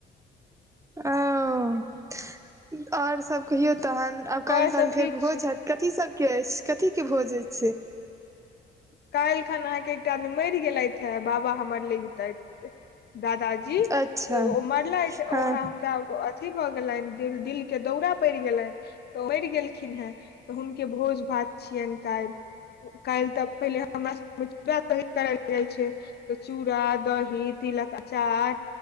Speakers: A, on the right; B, on the left.
A: ओ आओर सब कहियो तहन आब काल्हि
B: आओर
A: तहन
B: सब
A: फेर
B: ठीक
A: भोज
B: छै
A: हएत कथी सबके अछि कथी के भोज छै
B: काल्ह खन अहाँके एकटा आदमी मैर गेलथि हेए बाबा हमर लगितैथ दादाजी
A: अच्छा
B: त ओ मरलथि
A: हँ
B: ओहए हुनका अथी भऽ गेलनि दिल दिल के दौरा पड़ि गेलनि तऽ मरि गेलखिन हेँ तऽ हुनके भोज भात छियनि काल्ह काल्हि तऽ पहिले हमरा सबूड़ करल जाइ छै <unintelligible> तऽ चूड़ा दही तिलक अचार